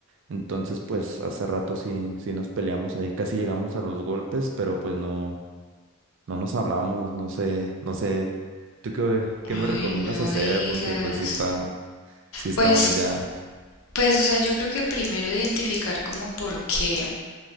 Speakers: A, on the right; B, on the left.
A: Entonces, pues hace rato sí, sí nos peleamos ahí, casi llegamos a los golpes, pero pues no, no nos hablamos, no sé, no sé, ¿tú qué, qué
B: Ay,
A: me recomiendas
B: no
A: hacer?
B: digas.
A: Porque pues sí está, sí estamos
B: Pues,
A: ya,
B: pues, o sea, yo creo que primero identificar como por qué